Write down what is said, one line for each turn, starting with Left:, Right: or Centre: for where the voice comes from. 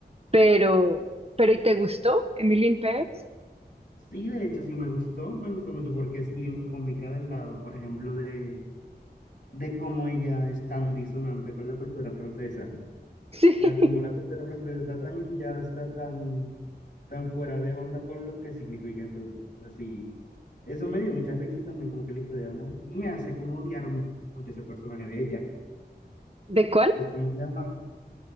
Right: Pero, pero ¿y te gustó Emily in Paris? <laughs>
Left: Sí, de hecho sí me gustó, me gustó mucho porque es bien cómica del lado, por ejemplo, de, de cómo ella es tan disonante con la cultura francesa.
Right: Sí.
Left: O sea, como la costa de la frontera de Tataño ya está tan, tan fuera de onda con lo que significa. Entonces, sí, eso me dio mucha risa y también como que la historia de amor. Y me hace como odiar mu- mucho ese personaje de ella.
Right: ¿De cuál?
Left: Es como que ah,